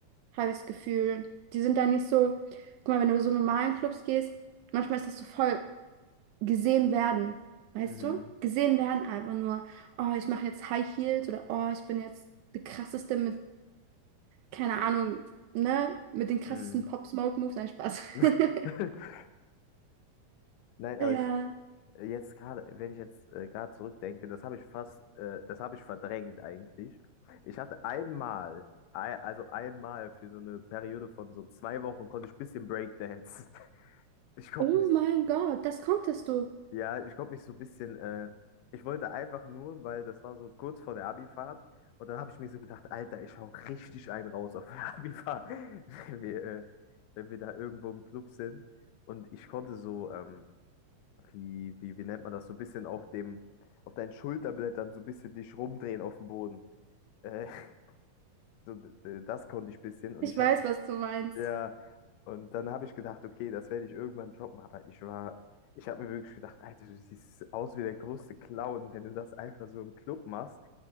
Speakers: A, on the right; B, on the left.
A: habe ich das Gefühl. Die sind da nicht so, guck mal, wenn du so normalen Clubs gehst, manchmal ist das so voll gesehen werden, weißt
B: mhm,
A: du? Gesehen werden einfach nur, oh, ich mache jetzt High Heels oder oh, ich bin jetzt die krasseste mit, keine Ahnung, ne? Mit den krassesten
B: mm.
A: Pop Smoke Moves. Nein, Spaß.
B: <laughs>
A: <laughs>
B: Nein, aber
A: Ja.
B: ich, Äh, Jetzt gerade, wenn ich jetzt äh, gerade zurückdenke, das habe ich fast, äh, das habe ich verdrängt eigentlich. Ich hatte einmal, ei- also einmal für so eine Periode von so zwei Wochen konnte ich ein bisschen Breakdancen. <laughs> Ich konnte
A: Oh
B: mich,
A: mein Gott, das konntest du.
B: ja, ich konnte mich so ein bisschen, äh, ich wollte einfach nur, weil das war so kurz vor der Abifahrt und dann habe ich mir so gedacht, Alter, ich hau richtig einen raus auf der <laughs> Abifahrt, wenn wir, äh, wenn wir da irgendwo im Club sind. Und ich konnte so, ähm, wie, wie, wie nennt man das, so ein bisschen auf dem, auf deinen Schulterblättern so ein bisschen dich rumdrehen auf dem Boden. Äh, <laughs> so, d- das konnte ich ein bisschen und
A: Ich
B: ich
A: weiß,
B: habe,
A: was du meinst.
B: ja, und dann habe ich gedacht, okay, das werde ich irgendwann droppen, aber ich war, ich habe mir wirklich gedacht, Alter, du siehst aus wie der größte Clown, wenn du das einfach so im Club machst.